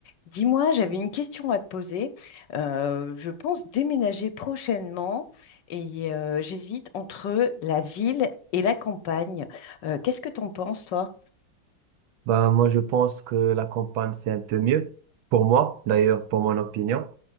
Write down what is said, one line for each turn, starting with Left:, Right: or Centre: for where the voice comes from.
Left: Dis-moi, j'avais une question à te poser. Euh, je pense déménager prochainement et euh, j'hésite entre la ville et la campagne. Euh, qu'est-ce que t'en penses, toi?
Right: Bah, moi, je pense que la campagne, c'est un peu mieux pour moi, d'ailleurs, pour mon opinion,